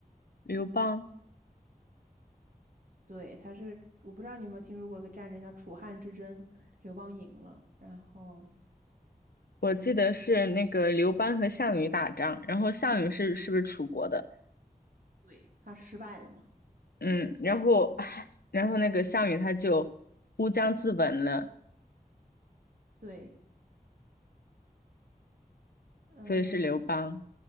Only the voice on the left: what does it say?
刘邦。
我记得是那个刘邦和项羽打仗，然后项羽是是不是楚国的？
嗯，然后唉然后那个项羽他就乌江自刎了，
所以是刘邦。